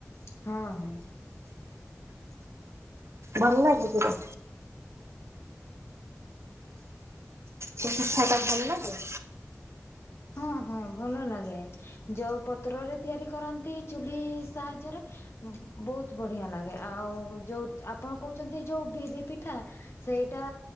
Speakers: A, on the left (about 60°); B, on the right (about 65°).
A: ହଁ ହଁ।
B: ଭଲ ଲାଗେ ପୁର? ସେପିଠାଟା ଭଲ ଲାଗେ?
A: ହଁ ହଁ ଭଲ ଲାଗେ ଯୋଉ ପତ୍ରରେ ତିଆରି କରନ୍ତି ଚୁଲି ସାହାଯ୍ୟରେ ବହୁତ୍ ବଢ଼ିଆ ଲାଗେ ଆଉ ଯେଉ ଆପଣ କହୁଚନ୍ତି ଯଉଁ ବିରି ପିଠା ସେଇଟା